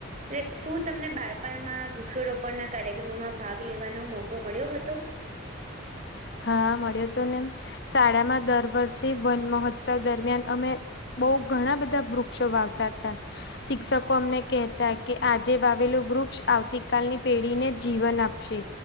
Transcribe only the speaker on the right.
એટલે શું તમને બાળપણમાં વૃક્ષ રોપણ ના કાર્યક્રમોમાં. ભાગ લેવાનો મોકો મળ્યો હતો.